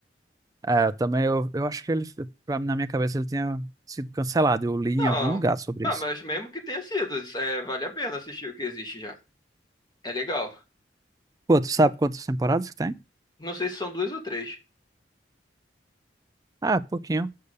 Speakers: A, on the right; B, on the left.
A: É, eu também eu, eu acho que ele, pra, na minha cabeça, ele tinha sido cancelado. Eu li
B: Não.
A: em algum lugar sobre
B: Ah,
A: isso.
B: mas mesmo que tenha sido, é, vale a pena assistir o que existe já. É legal.
A: Pô, tu sabe quantas temporadas que tem?
B: Não sei se são duas ou três.
A: Ah, pouquinho.